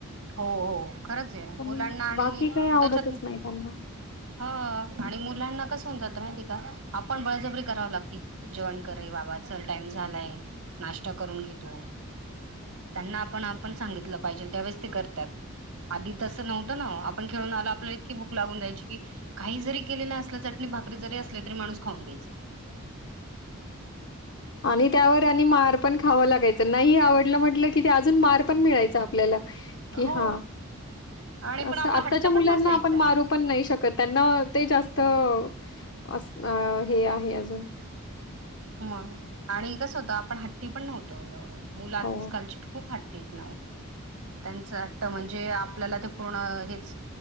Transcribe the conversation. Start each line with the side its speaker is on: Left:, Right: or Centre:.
Right: हो हो खरच आहे
Left: पण
Right: मुलांना आणि
Left: बाकी काही आवडतच
Right: त्याच्या
Left: नाही त्यांना.
Right: हा आणि मुलांना कसं होऊन जात माहिती का आपण बळजबरी कराव लागती जेवण कररे बाबा चल टाइम झालाय नाश्ता करून घेतो, त्यांना आपण आपण सांगितलं पाहिजे त्यावेळेस ते करतात आधी तसं नव्हतं ना आपण खेळून आलं आपल्याला इतकी भूक लागून रहायची की काही जरी केलेलं असलं चटणी भा भाकरी जरी असली तरी माणूस खाऊन घ्यायचा
Left: आणि त्यावर आणि मार पण खावं लागायचं नाही आवडलं म्हटलं कि ते अजून मार पण मिळायचा आपल्याला की
Right: हो,
Left: हां
Right: आणि पण
Left: असं
Right: आपला
Left: आत्ताच्या
Right: हट्ट
Left: मुलांना
Right: पण नसायचा
Left: आपण मारू
Right: ना
Left: पण नाही शकत त्यांना ते जास्त असं अ हे आहे अजून
Right: मग आणि कसं होतं आपण हट्टी पण नव्हतो एवढं मुलं आजकालची
Left: हो.
Right: खूप हटी आहेत ना हो त्यांच हाट म्हणजे आपल्याला ते पूर्ण हेच